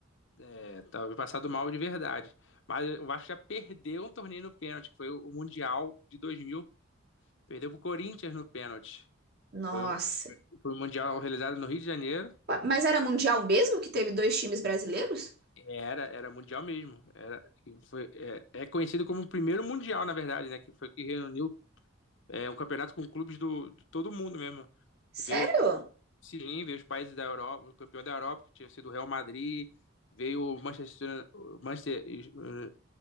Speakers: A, on the left (about 60°); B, on the right (about 50°).
A: é, talvez passado mal de verdade. Mas o Vasco já perdeu um torneio no pênalti, que foi o Mundial de 2000. Perdeu pro Corinthians no pênalti.
B: Nossa.
A: Foi, o- foi, foi o Mundial realizado no Rio de Janeiro.
B: Ué, Mas era mundial mesmo que teve dois times brasileiros?
A: É, Era, era Mundial mesmo. Era, e foi, é, é conhecido como o primeiro Mundial, na verdade, né? Que foi que reuniu é, um campeonato com clubes do, de todo mundo mesmo.
B: Sério?
A: Veio Sim, veio os países da Europa, o campeão da Europa, que tinha sido o Real Madrid, veio o Manchester, o Manchester eh,